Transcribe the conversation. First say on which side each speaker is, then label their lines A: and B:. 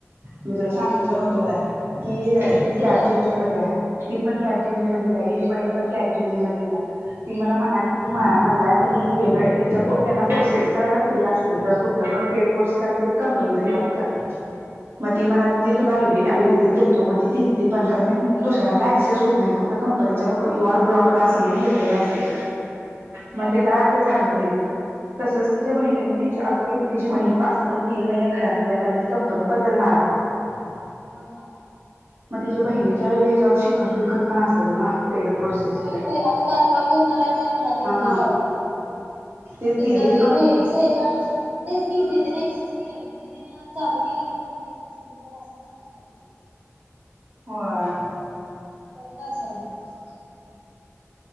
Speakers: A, on the right; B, on the right.
A: मी तुला
B: हा
A: सांगितलं नव्हतो काय? की
B: सांगितलीस
A: ती कॅब
B: की काय
A: जिमिनीमध्ये
B: तरी
A: हाय. ती पण कॅप जिमिनीमध्येच
B: हा
A: आहे, हिची बहीण पण कॅफ जिमिनीमध्येच आहे, ती मला म्हणाते
B: हा
A: की माय मला कनी वेगळ त्यांच्या त्यांना कोर्सेस करायला फ्री असते ग कुठलं पण पेड कोर्स करा, त्याची कंपनी फी भरत्यात. म
B: हा हा
A: ती म्हणल. ते तुला आ आयडी ते देतो, मग ते दिते पण खर ते दुसऱ्यांना ऍक्सेस होत नाही, फक्त कम नी च्या लोकणा युआर ब्लॉकड अस म्हणून येतय मसेज, मग
B: हा
A: ते काय
B: हा
A: झालं नाही. तसंच तिच्या बहिणी ना ति आता त तिची बहीण असं पण तीन महिने घरातच आहे, कारण ती कंपनी बदलणारे. <inaudible>
B: हा हां.
A: म तिच्या बहिणीच्या ह्यावर, शिकत बिकत पण असेल ना. पेड कोर्सेस
B: होय
A: ते
B: भाई आता लॅपटॉप घेणारेच आहे म्हना तीच्या
A: हा
B: दीदीसाठी.
A: ते
B: मग तिथ
A: दिदी
B: ती
A: कंप
B: बहीण तेच की दीदीने चालू केली की. तर असं पन शकत.
A: होय.
B: करत असाल म तस.